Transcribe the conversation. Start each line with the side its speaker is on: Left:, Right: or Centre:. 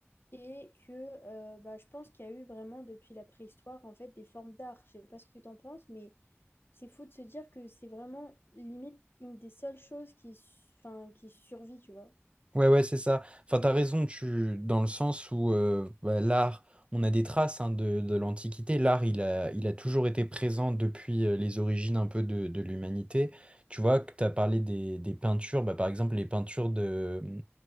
Left: Et que euh, bah, je pense qu'il y a eu vraiment depuis la préhistoire en fait des formes d'art. Je sais pas ce que tu en penses, mais c'est fou de se dire que c'est vraiment limite une des seules choses qui, enfin, qui survit, tu vois.
Right: Ouais, ouais, c'est ça. Enfin, t'as raison, tu... dans le sens où euh, bah, l'art, on a des traces hein, de, de l'Antiquité. L'art, il a, il a toujours été présent depuis euh, les origines un peu de, de l'humanité. Tu vois, que t'as parlé des, des peintures, bah, par exemple, les peintures de,